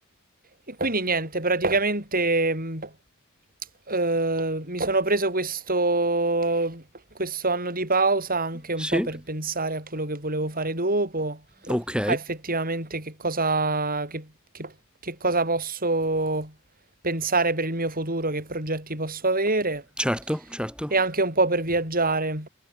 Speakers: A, on the right (about 45°); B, in the centre.
A: e quindi niente, praticamente mh, eh, mi sono preso questo, questo anno di pausa anche un
B: Sì.
A: po' per pensare a quello che volevo fare dopo,
B: Ok.
A: a effettivamente che cosa, che, che- che cosa posso pensare per il mio futuro che progetti posso avere
B: Certo, certo.
A: e anche un po' per viaggiare.